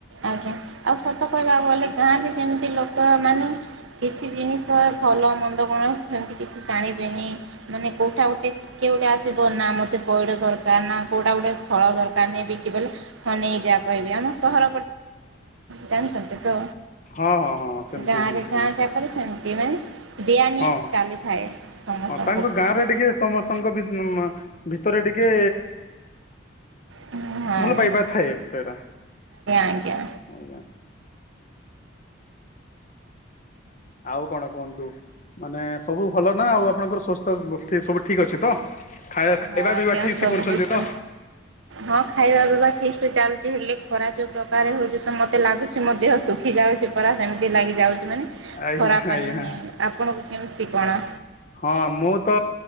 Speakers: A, on the right; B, on the left.
A: ଆଜ୍ଞା ଆଉ ସତ କହିବାକୁ ଗଲେ ଗାଁ ର କେମିତି ଲୋକ ତ ମାନେ କିଛି ଜିନିଷ ଭଲ ମନ୍ଦ କଣ ସେମିତି କିଛି ଜାଣିବେନି ମାନେ କେଉଁଟା ଗୋଟେ କେଉଁଟେ ଆସିବ ନା ମୋତେ ପଇଡ଼ ଦରକାର ନା କେଉଁଟା ଗୋଟେ ଫଳ ଦରକାର ନାହି ବିକିବଲେ ହନେଇକ ଯାହା କହିବେ ଆମ ସହର କଣ ସତ୍ <unintelligible> ତ
B: ହଁ ହଁ ହଁ ସେମିତି
A: ଗାଁରେ
B: ସେମିତି
A: ଗାଁ
B: ହଁ
A: ଜାକରେ ସେମିତି ମାନେ ଦିଆ ନିିଆ
B: ହଁ
A: ଚାଲିଥାଏ ସମସ୍ତଙ୍କ
B: ହଁ ତାଙ୍କ
A: ପଟେ।
B: ଗାଁ ରେ ଟିକେ ସମସ୍ତଙ୍କ ବି ଭିତରେ ଟିକେ
A: ହଁ ଆଜ୍ଞା
B: ଭଲ ପାଇବା ଥାଏ ସେଇଟା
A: ଆଜ୍ଞା
B: ଆଜ୍ଞା ଆଉ କଣ କୁହନ୍ତୁ ମାନେ ସବୁ ଭଲ ନା ଆଉ ଆପଣଙ୍କର ସ୍ୱାସ୍ଥ୍ୟ ସୁସ୍ଥି ସବୁ ଠିକ ଅଛି ତ ଖାଇବା ଖାଇବା
A: ହଁ ଆଜ୍ଞା
B: ପିଇବା ଠିକ୍
A: ସବୁ
B: ସେ କରୁଛନ୍ତି
A: କିଛି
B: ତ?
A: ହଁ ଖାଇବା ପିଇବା ଠିକ ସେ ଚାଲ ହେଲେ ଖରା ଯୋଉ ପ୍ରକାର ହଉଛି ତ ମତେ ଲାଗୁଛି ମୋ ଦେହ ଶୁଖି ଯାଉଛି ପରା ସେମିତି ଲାଗି ଯାଉଛି ମାନେ
B: ଆଜ୍ଞା
A: ଖରା ପାଇଁ
B: ଆଜ୍ଞା
A: ହି ଆପଣ କେମିତି କଣ?
B: ହଁ ମୁଁ ତ